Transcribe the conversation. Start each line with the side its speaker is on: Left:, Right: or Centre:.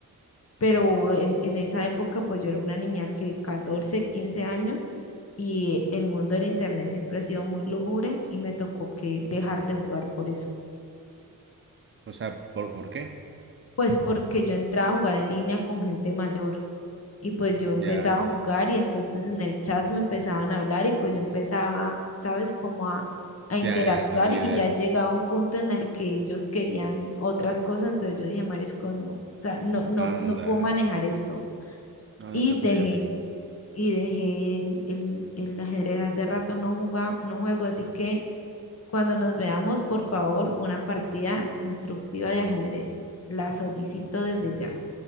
Left: pero en, en esa época pues yo era una niña que 14 15 años y el mundo del internet siempre ha sido muy lúgubre y me tocó que dejar de jugar por eso.
Right: O sea, ¿por, por qué?
Left: Pues porque yo entraba a jugar en línea con gente mayor y pues yo empezaba
Right: Ya, ya,
Left: a jugar y entonces en el chat me empezaban a hablar y pues yo empezaba, ¿sabes? Como a, a interactuar
Right: ya, ya, me hago una
Left: y
Right: idea.
Left: ya llegaba un punto en el que ellos querían otras cosas, entonces yo dije, Marisco, no, o sea, no, no,
Right: Anda.
Left: no puedo manejar esto
Right: No,
Left: y
Right: no se podía
Left: dejé.
Right: así.
Left: y dejé el, el- el ajedrez. Hace rato no juga- no juego, así que cuando nos veamos, por favor, una partida instructiva de ajedrez. La solicito desde ya.